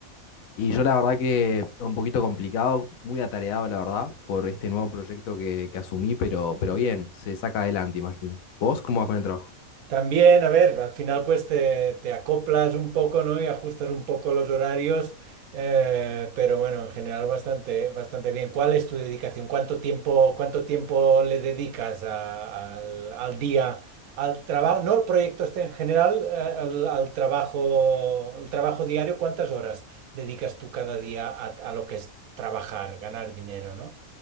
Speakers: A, on the left (about 75°); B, on the right (about 80°).
A: Y yo la verdad que un poquito complicado, muy atareado la verdad, por este nuevo proyecto que, que asumí, pero, pero bien, se saca adelante, imagino. ¿Vos cómo vas con el trabajo?
B: También, a ver, al final pues te, te acoplas un poco, ¿no? Y ajustas un poco los horarios, eh, pero bueno, en general bastante, bastante bien. ¿Cuál es tu dedicación? ¿Cuánto tiempo, cuánto tiempo le dedicas a- al, al día, al trabajo, no el proyecto este en general, eh, al, al trabajo, el trabajo diario? ¿Cuántas horas dedicas tú cada día a, a lo que es trabajar, ganar dinero, ¿no?